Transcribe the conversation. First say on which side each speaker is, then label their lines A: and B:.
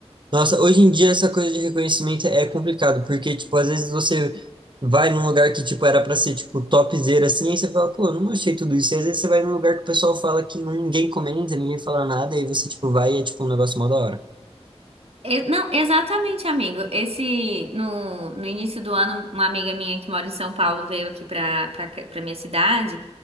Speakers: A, on the right (about 45°); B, on the right (about 65°).
A: Nossa, hoje em dia essa coisa de reconhecimento é complicado, porque, tipo, às vezes você vai num lugar que, tipo, era pra ser, tipo, topzera, assim, aí você fala, pô, eu não achei tudo isso. E às vezes você vai num lugar que o pessoal fala que ninguém comenta, ninguém fala nada, e aí você, tipo, vai e é, tipo, um negócio mó da hora.
B: E- não, exatamente, amigo. Esse, no, no início do ano, uma amiga minha que mora em São Paulo veio aqui pra, pra, ca- pra minha cidade.